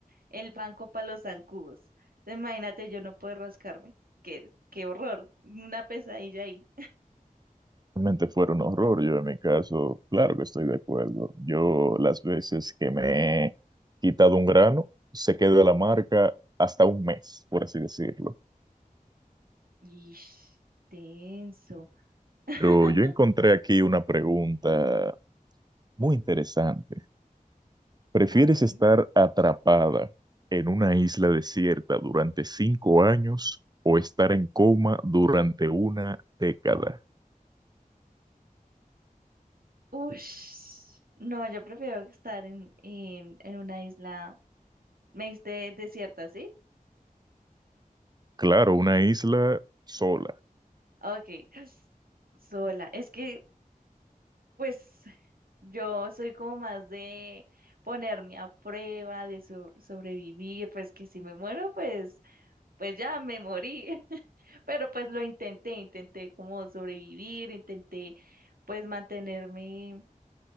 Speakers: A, on the right; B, on the right.
A: el banco para los zancudos. Entonces, imagínate, yo no puedo rascarme. Qué, qué horror, una pesadilla ahí.
B: Realmente fuera un horror. Yo en mi caso, claro que estoy de acuerdo. Yo las veces que me he quitado un grano, se quedó la marca hasta un mes, por así decirlo.
A: Ish, tenso. <laughs>
B: Pero yo encontré aquí una pregunta muy interesante. ¿Prefieres
A: A ver.
B: estar atrapada en una isla desierta durante cinco años o estar en coma durante una década?
A: Ush, no, yo prefiero estar en, en, en una isla, me diste desierta, ¿sí?
B: Claro, una isla sola,
A: Ok, sola. Es que, pues, yo soy como más de ponerme a prueba, de so- sobrevivir, pues que si me muero, pues, pues ya me morí. <laughs> Pero pues lo intenté, intenté como sobrevivir, intenté pues mantenerme